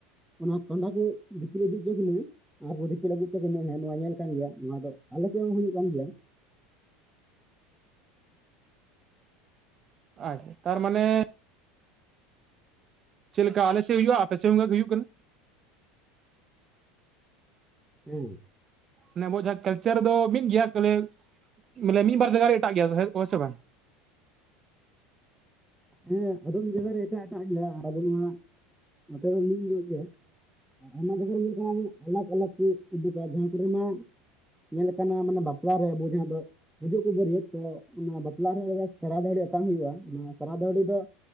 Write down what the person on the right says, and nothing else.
ᱟᱪᱪᱷᱟ ᱛᱟᱨ ᱢᱟᱱᱮ ᱪᱮᱫ ᱞᱮᱠᱟ ᱟᱞᱮ ᱥᱮᱫ ᱦᱩᱭᱩᱜᱼᱟ ᱟᱯᱮ ᱥᱮᱫ ᱚᱱᱠᱟ ᱜᱮ ᱦᱩᱭᱩᱜ ᱠᱟᱱᱟ
ᱢᱟᱱᱮ ᱟᱵᱚᱣᱟᱜ ᱡᱟᱦᱟᱸ ᱠᱟᱞᱪᱟᱨ ᱫᱚ ᱢᱤᱫ ᱜᱮᱭᱟ ᱵᱚᱞᱮ ᱢᱟᱱᱮ ᱢᱤᱫ ᱵᱟᱨ ᱡᱟᱭᱟ ᱨᱮ ᱮᱴᱟᱜ ᱜᱮᱭᱟ ᱦᱮᱸᱥ ᱥᱮ ᱵᱟᱝ